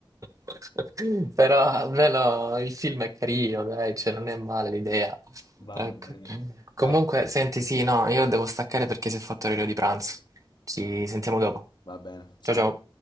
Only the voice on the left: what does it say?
Va
bene.
Dai,
va bene. Ciao.